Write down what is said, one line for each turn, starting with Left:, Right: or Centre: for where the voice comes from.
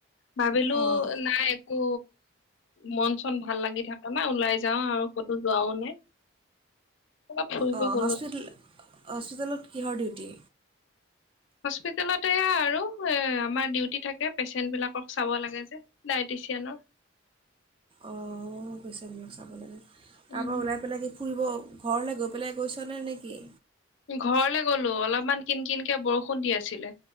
Left: ভাবিলো
Right: অঁ
Left: নাই একো মন-চন ভাল লাগি থাক তাপা ওলাই যাও আৰু ক'তো যোৱাও নাই। অলপ ফুৰিব
Right: অ',
Left: গলো
Right: হস্পিতল-হস্পিটেলত কিহৰ ডিউটি?
Left: হস্পিতেলত এয়া আৰু এ, আমাৰ ডিউটি থাকে, পেচেণ্ট বিলাকক চাব লাগে যে। ডাইটিচিয়ানৰ।
Right: অ' পেচেন বিলাক চাব লাগে। তাৰপৰা
Left: উম
Right: ওলাই পেলাই কি ফুৰিব ঘৰলৈ গৈ ওলাই গৈছ নে নেকি?
Left: ঘৰলে গ'লো অলপমান কিন- কিনকে বৰষুণ দি আছিলে,